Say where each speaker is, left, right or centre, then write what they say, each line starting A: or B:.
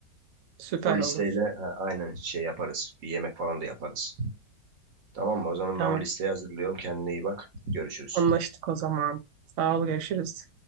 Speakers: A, on the right; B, on the right.
A: Süper
B: O listeyle
A: olur.
B: ha, aynen şey yaparız. Bir yemek falan da yaparız. Tamam mı? O zaman
A: Tamam,
B: ben o listeyi hazırlıyorum. Kendine iyi bak. Görüşürüz.
A: anlaştık o zaman. Sağ ol, görüşürüz.